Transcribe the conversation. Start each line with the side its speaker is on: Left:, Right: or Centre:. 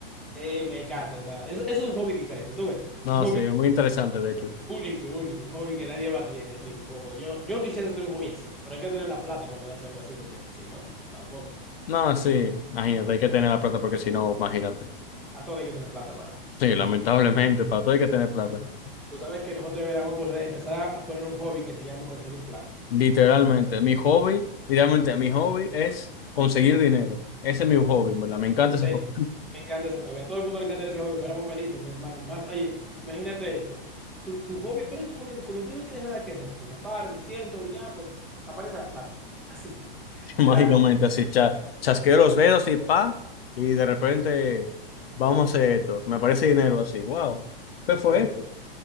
Centre: Eh, me encanta, o sea, eso, eso es un hobby diferente, tú ves.
Left: No,
Centre: Un hobby
Left: sí, es muy interesante, de hecho.
Centre: único, único, un hobby que nadie más tiene, así. Como yo, yo quisiera tener un hobby así, pero hay que tener la plata para poder hacerlo así, porque si no, tampoco.
Left: No, sí, imagínate, hay que tener la plata porque si no, imagínate.
Centre: A todo hay que tener plata para.
Left: Sí, lamentablemente, para todo hay que tener plata.
Centre: Tú sabes que nosotros deberíamos pues, empezar a, a poner un hobby que se llama conseguir plata.
Left: Literalmente, mi hobby, literalmente, mi hobby es conseguir dinero. Ese es mi hobby, en ¿verdad? Me encanta ese
Centre: Eh,
Left: hobby.
Centre: Me encanta ese hobby, a todo el mundo le encantaría ese hobby, fuéramos felices, mi hermano. Más, oye, imagínate esto. Tu, tu hobby, ¿cuál es tu hobby? Cuando tú no tienes nada que hacer, yo me paro, me siento y ya, pues aparece la plata. Así, <laughs>
Left: <laughs> Mágicamente,
Centre: de la
Left: así, cha- chasqueo los dedos y pa, y de repente, vamos a hacer esto. Me aparece dinero así, wow. ¿Qué fue
Centre: nada.
Left: eso?